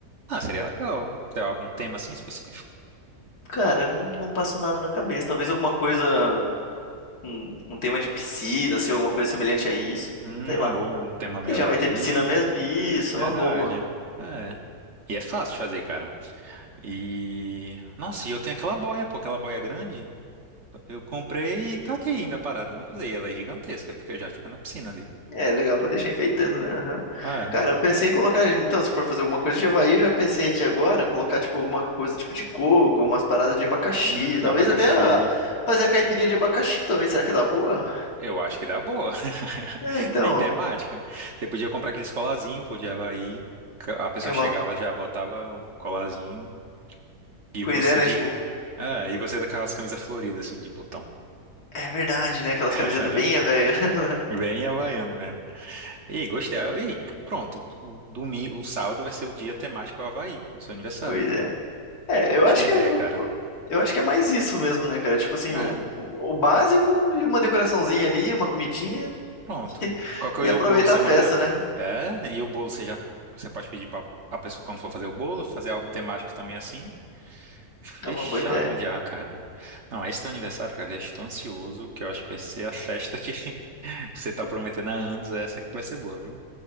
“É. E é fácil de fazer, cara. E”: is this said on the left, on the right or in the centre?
Right